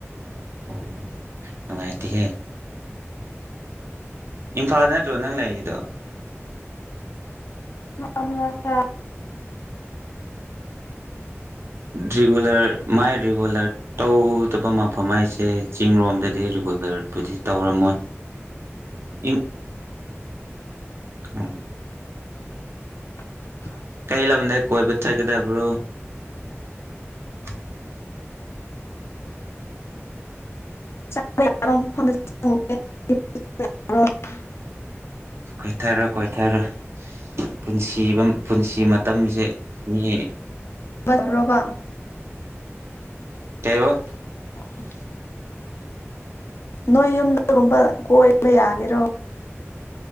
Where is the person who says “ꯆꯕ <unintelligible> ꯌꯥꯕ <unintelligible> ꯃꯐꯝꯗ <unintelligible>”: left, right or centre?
Left